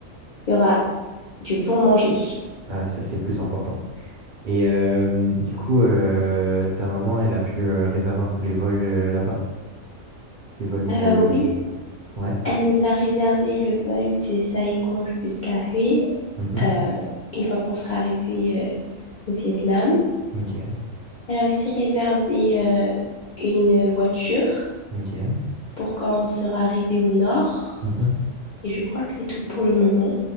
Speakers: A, on the left; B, on the right.
A: il y aura du bon manger.
B: Ah, ça, c'est le plus important. Et euh, du coup, euh, ta maman, elle a pu euh, réserver un peu les vols euh, là-bas, les vols pour
A: Euh,
B: le...
A: oui,
B: Ouais.
A: elle nous a réservé le vol de Saigon jusqu'à Hue,
B: Mhm.
A: euh, une fois qu'on sera arrivé euh, au Vietnam.
B: Ok.
A: Elle a aussi réservé euh, une voiture
B: OK.
A: pour quand on sera arrivé au nord.
B: Mhm.
A: Et je crois que c'est tout pour le moment.